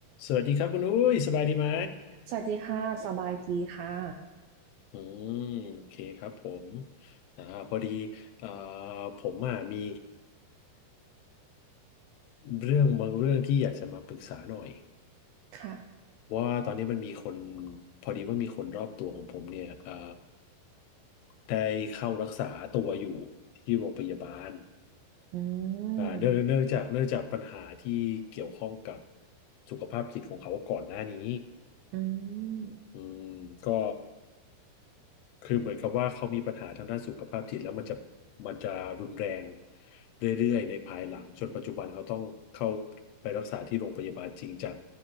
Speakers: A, on the left; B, on the right.
A: สวัสดีครับคุณอุ้ยสบายดีไหม
B: สวัสดีค่ะสบายดีค่ะ
A: อืมโอเคครับผมอ่าพอดีเอ่อผมอ่ะมีเรื่องบางเรื่องที่อยากจะมาปรึกษาหน่อย
B: ค่ะ
A: ว่าตอนนี้มันมีคนพอดีว่ามีคนรอบตัวของผมเนี่ยเอ่อได้เข้ารักษาตัวอยู่ที่โรงพยาบาล
B: อืม
A: อ่าเนื่องเนื่องจากเนื่องจากปัญหาที่เกี่ยวข้องกับสุขภาพจิตของเขาก่อนหน้านี้
B: อืม
A: อืมก็ คือเหมือนกับว่าเขามีปัญหาทางด้านสุขภาพจิตแล้วมันจะมันจะรุนแรงเรื่อยๆในภายหลังจนปัจจุบันเขาต้องเข้าไปรักษาที่โรงพยาบาลจริงจัง